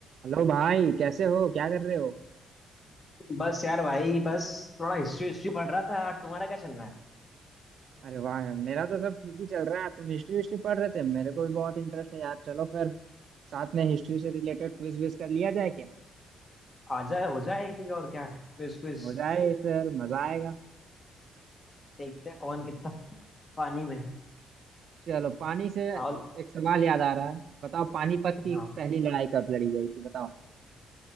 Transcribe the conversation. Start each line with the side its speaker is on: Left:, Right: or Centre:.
Right: Hello भाई कैसे हो क्या कर रहे हो
Left: बस यार भाई बस थोड़ा हिस्ट्री हिस्ट्री पढ़ रहा था तुम्हारा क्या चल रहा है
Right: अरे वाह मेरा तो सब ठीक ही चल रहा है तुम हिस्ट्री हिस्ट्री पढ़ रहे थे मेरे को भी बहुत इंटरेस्ट है यार चलो फिर साथ में हिस्ट्री से रिलेटेड क्विज विज कर लिया जाए क्या
Left: आ जाए हो जाए ठीक और क्या क्विज क्विज
Right: हो जाए फिर मजा आएगा
Left: देखते हैं कौन कितना पानी में है
Right: चलो पानी से
Left: और
Right: एक सवाल याद आ रहा है बताओ पानीपत की
Left: हाँ
Right: पहली लड़ाई कब लड़ी गई थी बताओ